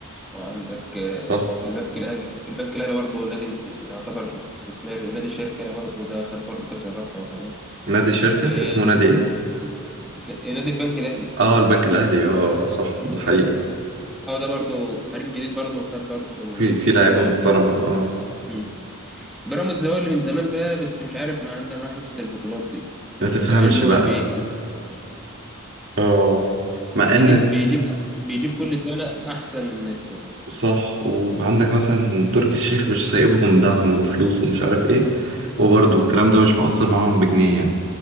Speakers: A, in the centre; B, on the right.
A: وعندك آه،
B: صح
A: البنك الاهلي البنك الاهلي برضه نادي م- يعتبر استثماري نادي شركة برضه ده خد برضه كاس الرابطة وكمان
B: نادي الشركة
A: إيه،
B: اسمه نادي إيه؟
A: نادي البنك الاهلي
B: اه البنك الاهلي اه صح
A: مم.
B: ده حقيقي
A: اه ده برضه فريق جديد برضه خد برضه
B: في في لعيبه
A: بطولة
B: محترمه
A: وكمان
B: اه
A: مم. بيراميدز هو اللي من زمان بقى بس مش عارف ما عنده معاه حتة البطولات دي يعني
B: ما تفهمش
A: مع انه
B: بقى
A: بي
B: اه مع
A: بيجيب
B: ان
A: آه، بيجيب بيجيب كل سنة أحسن الناس والله
B: صح وعندك مثلا تركي الشيخ مش سايبهم دعم وفلوس ومش عارف ايه وبرضه الكلام ده مش مؤثر معاهم بجنيه يعني